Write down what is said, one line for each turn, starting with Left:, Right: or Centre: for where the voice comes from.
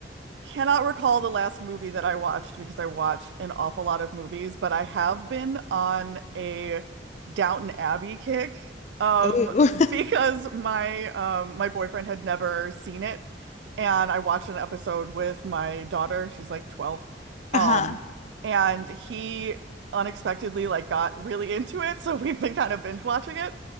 Right: Cannot recall the last movie that I watched because I watch an awful lot of movies, but I have been on a Downton Abbey kick. Um,
Left: Ooh.
Right: <laughs>
Left: <laughs>
Right: because my um my boyfriend had never seen it, and I watched an episode with my daughter. She's like 12. Um,
Left: Uh-huh.
Right: and he unexpectedly like got really into it, <laughs> so we've been kind of binge watching it.